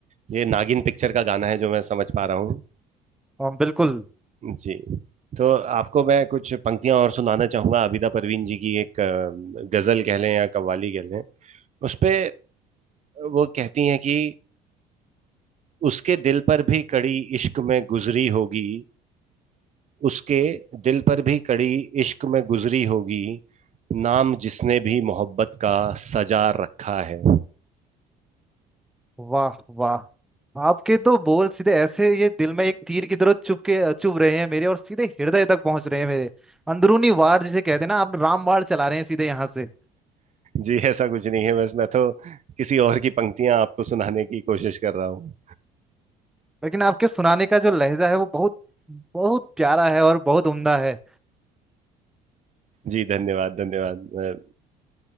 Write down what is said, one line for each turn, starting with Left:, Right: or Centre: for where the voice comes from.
Right: ये नागिन पिक्चर का गाना है जो मैं समझ पा रहा हूँ
Centre: हाँ, बिल्कुल
Right: जी तो आपको मैं कुछ पंक्तियां और सुनाना चाहूंगा आबिदा परवीन जी की एक अ, गजल कह लें या कव्वाली कह लें उस पे वो कहती हैं कि उसके दिल पर भी कड़ी इश्क में गुजरी होगी उसके दिल पर भी कड़ी इश्क में गुजरी होगी नाम जिसने भी मोहब्बत का सजा रखा है
Centre: वाह वाह आपके तो बोल सीधे ऐसे ये दिल में एक तीर की तरह चुभ के चुभ रहे हैं मेरे और सीधे हृदय तक पहुंच रहे हैं मेरे अंदरूनी वार जिसे कहते हैं ना आप राम बाण चला रहे हैं सीधे यहाँ से
Right: जी ऐसा कुछ नहीं है बस मैं तो किसी और की पंक्तियां आपको सुनाने की कोशिश कर रहा हूँ
Centre: लेकिन आपके सुनाने का जो लहजा है वो बहुत बहुत प्यारा है और बहुत उम्दा है
Right: जी धन्यवाद धन्यवाद मैं-